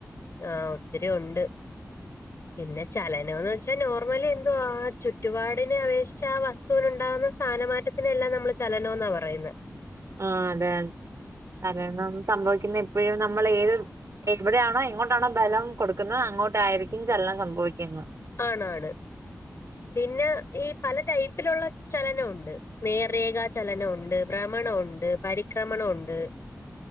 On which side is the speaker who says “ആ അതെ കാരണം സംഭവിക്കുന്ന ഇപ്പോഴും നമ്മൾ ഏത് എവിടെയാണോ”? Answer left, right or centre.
Right